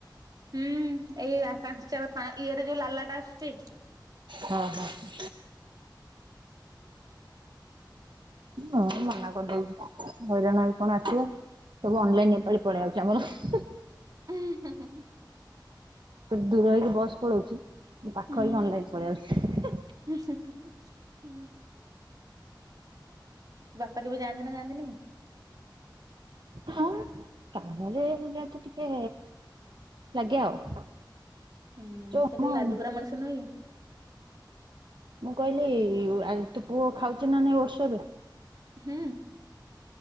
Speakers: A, on the right; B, on the right.
A: ହୁଁ, ଏଇ ପାଞ୍ଚ ଇଏରେ ଯୋଉ ଲାଲାଟା ଆସୁଛି।
B: ହଁ ହଁ। ହଁ ମନା କରିଦୋଉଚି ହଇରାଣ ହେଇ କଣ ଆସିବ? ସବୁ ଅନଲାଇନ ଏପାଳି ପଳେଇଆଉଚି ଆମର।
A: ଉଁ, ହୁଁ ହୁଁ।
B: ତୋର ଦୂର ହେଇକି ବସ୍ ପଳଉଚି, ମୋ ପାଖ
A: ହୁଁ
B: ହେଇକି ଅନଲାଇନ ପଳେଇ ଆଉଛି।
A: <unintelligible> ବାପା କେବେ ଯାଆନ୍ତି ନା ଯାଆନ୍ତିନି?
B: ହଁ। ତାହେଲେ ଯେହେତୁ ଟିକେ ଲାଗେ ଆଉ।
A: ହୁଁ,
B: ଯୋଉ
A: ସେ ଟିକେ
B: ଆମ
A: ଲାଜକୁରା ମଣିଷ ନୁହଁ କି।
B: ମୁଁ କହିଲି ଆଉ ତୋ ପୁଅ ଖାଉଛି ନା ନାଇ ଓଷଦ?
A: ହୁଁ।